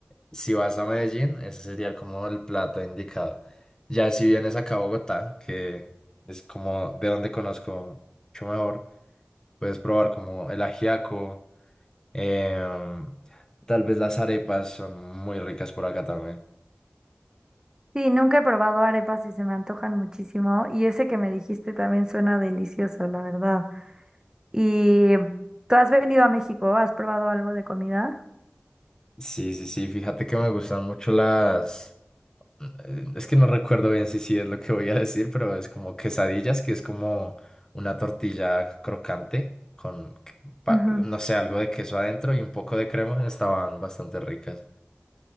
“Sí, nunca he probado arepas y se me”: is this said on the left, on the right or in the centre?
Right